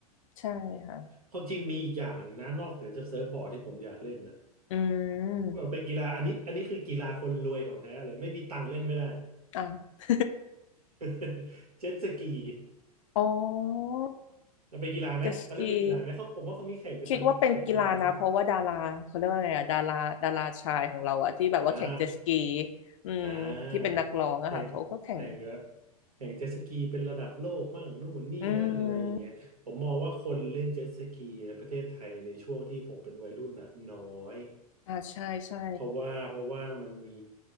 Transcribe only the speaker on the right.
ความจริงมีอีกอย่างหนึ่งนะนอกเหนือจากเซิร์ฟบอร์ดที่ผมอยากเล่นนะ
มันเป็นกีฬาอันนี้อันนี้คือกีฬาคนรวยของแท้เลยไม่มีตังค์เล่นไม่ได้
<laughs> เจ็ตสกี
มันเป็นกีฬาไหมเขาเรียกเป็นกีฬาไหมเขาผมว่าเขามีแข่งไปตามแข่งกีฬาเนาะ
อ่า
อ่าแข่งแข่งแบบแข่งเจ็ตสกีเป็นระดับโลกมั่งนู่นนี่นั่นอะไรอย่างเงี้ยผมมองว่าคนเล่นเจ็ตสกีในประเทศไทยในช่วงที่ผมเป็นวัยรุ่นน่ะน้อย
เพราะว่าเพราะว่ามันมี